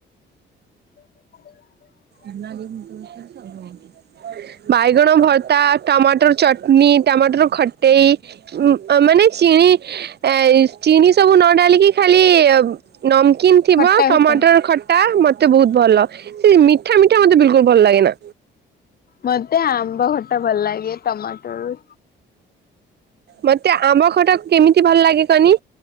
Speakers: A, on the left; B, on the right.
A: <unintelligible>
B: <unintelligible>
A: <unintelligible>
B: ବାଇଗଣ ଭର୍ତ୍ତା, ଟମାଟର ଚଟନୀ, ଟମାଟର ଖଟେଇ। ଉ ମାନେ ଚିଣି ଏଇ ଚିନି ସବୁ ନ ଡାଲିକି ଖାଲି-ଇ-ଇ-ଇ ନମକିନି ଥିବ
A: ଖଟା
B: ଟମାଟର
A: ଖଟା
B: ଖଟା ମତେ ବହୁତ ଭଲ। ସେ ମିଠା ମିଠା ମତେ ବିଲକୁଲ ଭଲ ଲାଗେନା।
A: ମତେ ଆମ୍ବ ଖଟା ଭଲ ଲାଗେ ଟମାଟୋର
B: ମତେ ଆମ ଖଟାକୁ କେମିତି ଭଲ ଲାଗେ କହନି।